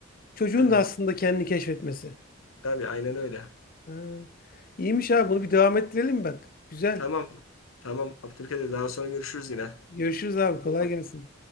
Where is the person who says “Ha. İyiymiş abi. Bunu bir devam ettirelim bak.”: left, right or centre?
Left